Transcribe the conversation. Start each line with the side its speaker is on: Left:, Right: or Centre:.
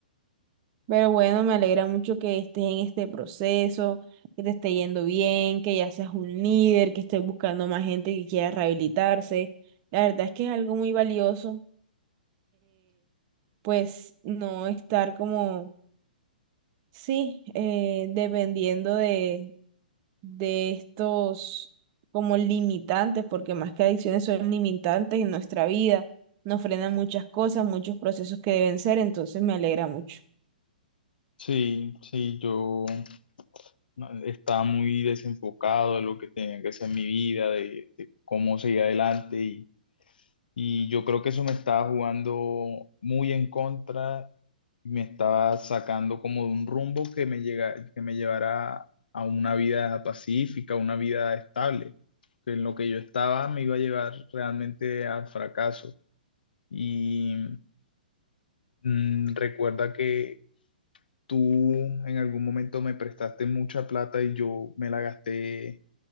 Right: pero bueno, me alegra mucho que estés en este proceso, que te esté yendo bien, que ya seas un líder, que estés buscando más gente que quiera rehabilitarse. La verdad es que es algo muy valioso pues no estar como, sí, eh, dependiendo de, de estos como limitantes, porque más que adicciones son limitantes en nuestra vida, nos frenan muchas cosas, muchos procesos que deben ser, entonces me alegra mucho.
Left: Sí, sí, yo no, estaba muy desenfocado de lo que tenía que hacer en mi vida, de, de cómo seguir adelante y, y yo creo que eso me estaba jugando muy en contra me estaba sacando como de un rumbo que me llega, que me llevara a una vida pacífica, una vida estable, que en lo que yo estaba me iba a llevar realmente al fracaso. Y mm, recuerda que tú en algún momento me prestaste mucha plata y yo me la gasté